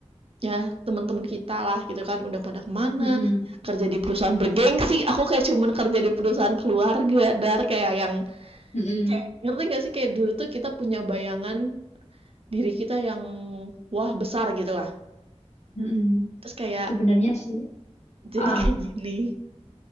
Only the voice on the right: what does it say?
ya teman-teman kita lah gitu kan udah pada kemana
kerja di perusahaan bergengsi aku kayak cuman kerja di perusahaan keluarga dar kayak yang
Kayak- ngerti nggak sih kayak dulu tuh kita punya bayangan diri kita yang wah besar gitu lah
terus kayak
jadi
kayak gini